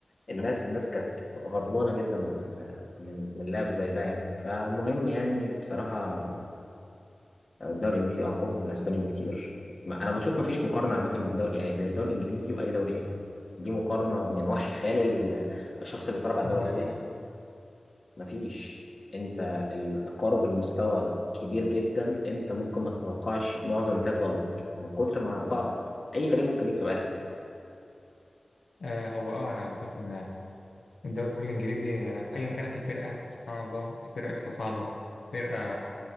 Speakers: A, on the left; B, on the left.
A: الناس الناس كانت غضبانه جدا من من من لاعب زي ده يعني فمهم يعني بصراحه الدوري الانجليزي اقوى من الاسباني بكتير ما- انا بشوف ما فيش مقارنه عامه بين الدوري يعني بين الدوري الانجليزي واي دوري تاني دي مقارنه من وحي خيال ال- الشخص اللي بيتفرج على
B: مؤلف
A: الدوري التاني مفيش انت التقارب المستوى كبير جدا انت ممكن ما تتوقعش معظم النتائج غلط من كتر ما صعب اي فريق ممكن يكسب اي حد
B: آه هو اه انا بشوف ان الدوري الانجليزي آه، ايا كانت الفرقة سبحان الله فرقة لسه صاعدة فرقة